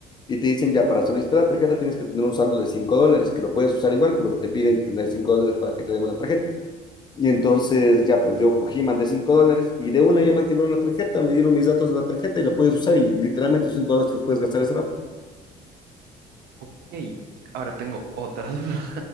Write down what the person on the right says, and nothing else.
Ok, ahora tengo otra <laughs> duda.